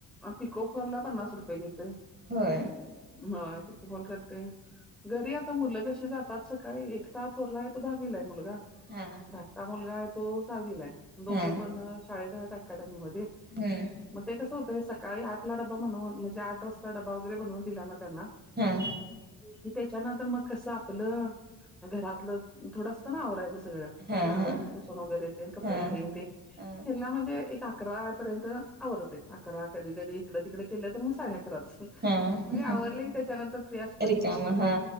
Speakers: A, in the centre; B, on the right (about 25°).
A: पिकोफॉल ला पन्नास रुपये घेतोय.
B: होय.
A: होय, पिकोफॉल करते घरी आता मुलं कशी जातात काय एकटा थोरला आहे तो दहावीला आहे मुलगा.
B: हा
A: धाकटा मुलगा आहे तो साहविला आहे दोघं
B: हा
A: पण शाळेत आहेत अकॅडमी मध्ये
B: हम्म
A: मग ते कसं होतं सकाळी आठला डबा बनवून म्हणजे आठ वाजता डबा वगैरे बनवून दिला ना त्यांना
B: हम्म
A: कि त्याच्यानंतर मग कसं आपलं घरातलं थोडस ना आवरायचं सगळं
B: हा
A: मग झाडून
B: हा
A: पुसून वगैरेे ते कपडे
B: हा.
A: हे ते
B: हा
A: ह्याला म्हणजे एक अकरा पर्यंत आवरतेय अकरा कधी- कधी इकडे- तिकडे केले तर मग साडे अकराच. म्हणजे
B: हा
A: आवरलं की त्याच्यानंतर फ्री असतोय,
B: रिकाम
A: मग
B: हा